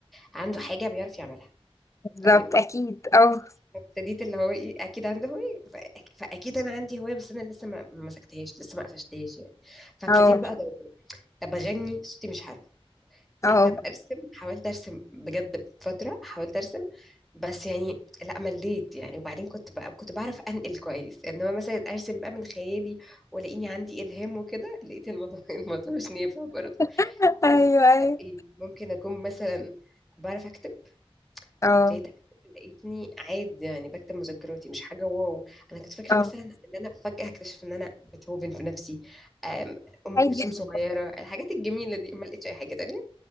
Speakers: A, in the centre; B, on the left.
A: عنده حاجه بيعرف يعملها
B: بالظبط
A: تمام
B: اكيد اه
A: ابتديت اللي هو ايه اكيد عنده هوايه فأك- فاكيد انا عندي هوايه بس انا لسه ما ما مسكتهاش لسه ما قفشتهاش يعني فابتديت
B: اه
A: بقى ادور طب اغني صوتي مش حلو
B: اه
A: آه، طب ارسم حاولت ارسم بجد فتره حاولت ارسم بس يعني لا مليت يعني وبعدين كنت بقى كنت بعرف انقل كويس انما مثلا ارسم بقى من خيالي ولاقيني عندي الهام وكده لقيت الموضوع <laughs> الموضوع مش نافع برضه
B: <laughs> ايوه
A: قلت
B: ايوه
A: طب ايه ممكن اكون مثلا بعرف اكتب
B: اه
A: فابتديت اكتب لقيتني عادي يعني بكتب مذكراتي مش حاجه واو انا كنت فاكره
B: اه
A: مثلا ان انا فجاه هكتشف ان انا بيتهوفن في نفسي أم أم
B: عادي
A: كلثوم صغيره الحاجات الجميله دي ما لقيتش اي حاجه تانية